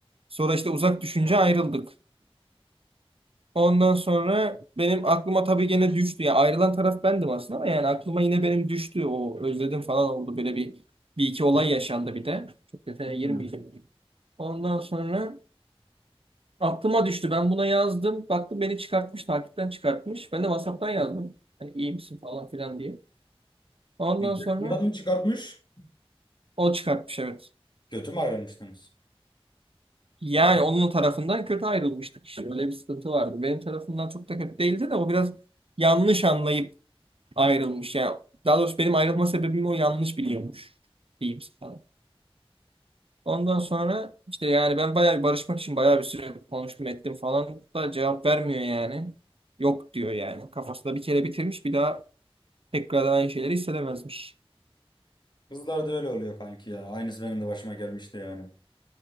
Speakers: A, on the right; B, on the left.
A: Sonra işte uzak düşünce ayrıldık. Ondan sonra benim aklıma tabii gene düştü. ya ayrılan taraf bendim aslında ama yani aklıma yine benim düştü. O özledim falan oldu. Böyle bir, bir iki olay yaşandı bir de. Çok detaya
B: Hmm.
A: girmeyeceğim. Ondan sonra aklıma düştü. Ben buna yazdım. Baktım beni çıkartmış. Takipten çıkartmış. Ben de WhatsApp'tan yazdım. Hani iyi misin falan filan diye. Ondan
B: İlk
A: sonra
B: mı çıkartmış?
A: o çıkartmış evet.
B: Kötü mü ayrılmıştınız?
A: Yani onun tarafından kötü ayrılmıştık işte. Öyle bir sıkıntı vardı. Benim tarafımdan çok da kötü değildi de o biraz yanlış anlayıp ayrılmış. Yani daha doğrusu benim ayrılma sebebimi o yanlış biliyormuş diyeyim sana. Ondan sonra işte yani ben bayağı bir barışmak için bayağı bir süre konuştum ettim falan da cevap vermiyor yani. Yok diyor yani. Kafasında bir kere bitirmiş bir daha tekrardan aynı şeyleri hissedemezmiş.
B: Kızlar da öyle oluyor kanki ya. Aynısı benim de başıma gelmişti yani.